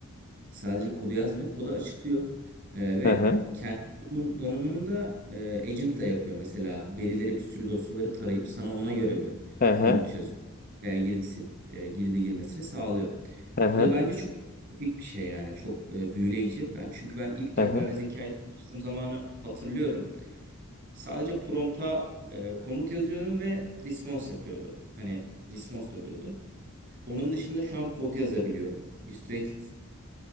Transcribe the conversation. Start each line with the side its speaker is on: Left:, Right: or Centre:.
Right: sadece kodu yazmıyor, kodu açıklıyor E, ve
Left: Hı hı.
Right: kendi donanımın- donanımında e, agent da yapıyor. Mesela verileri bir sürü dosyaları tarayıp sana ona göre bir
Left: Hı
Right: komut
Left: hı.
Right: yazıyor. Yani girdisi, e, girdi girmesini sağlıyor.
Left: Hı hı,
Right: Bu da bence çok epik bir şey yani çok e, büyüleyici. Ben çünkü ben ilk
Left: hı
Right: yapay
Left: hı,
Right: zeka ile çalıştığım zamanı hatırlıyorum. Sadece prompta e, komut yazıyorum ve response yapıyordum. Hani response dönüyordu. Onun dışında şu an kod yazabiliyorum. Illustrated